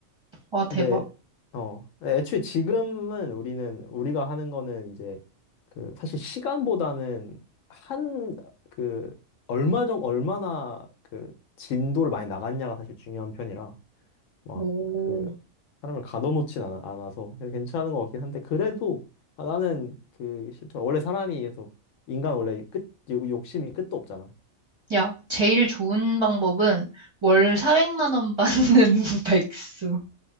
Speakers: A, on the right; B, on the left.
A: 와, 대박.
B: 근데 어 애초에 지금은 우리는 우리가 하는 거는 이제 그 사실 시간보다는 한 그 얼마 정 얼마나 그 진도를 많이 나갔냐가 사실 중요한 편이라 막
A: 오.
B: 그 사람을 가둬놓진 않, 않아서 그래서 괜찮은 것 같긴 한데 그래도 아, 나는 그 싫더라 원래 사람이 계속 인간 원래 끝 욕- 욕심이 끝도 없잖아.
A: 야, 제일 좋은 방법은 월 400만 원 받는 <laughs> 백수.